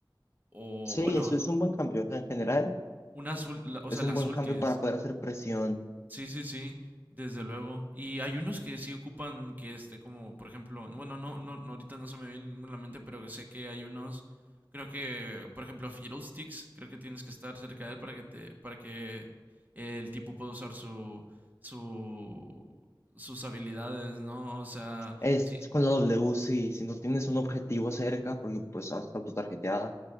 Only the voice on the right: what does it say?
O
bueno,
unas, ul- la- o
sea, las
ultis.
Sí, sí, sí, desde luego. Y hay unos que sí ocupan que este, como por ejemplo, bueno, no, no, no, ahorita no se me viene ninguno a la mente, pero sé que hay unos, creo que, por ejemplo, Fiddlesticks, creo que tienes que estar cerca de él para que te, para que el tipo pueda usar su, su, sus habilidades, ¿no? O sea,
sí,